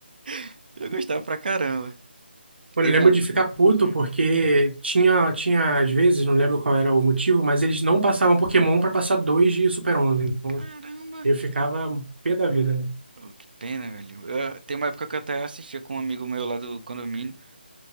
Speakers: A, on the right; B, on the right.
A: <laughs> Eu gostava pra caramba.
B: Mano,
A: Teve
B: eu lembro
A: uma época.
B: de ficar puto
A: Hum,
B: porque tinha, tinha às vezes, não lembro qual era o motivo, mas eles não passavam Pokémon pra passar dois de Super-11. Então
A: Caramba!
B: eu ficava pé da vida. né?
A: Oh, que pena, velho. Eu- tem uma época que eu até assistia com um amigo meu lá do condomínio.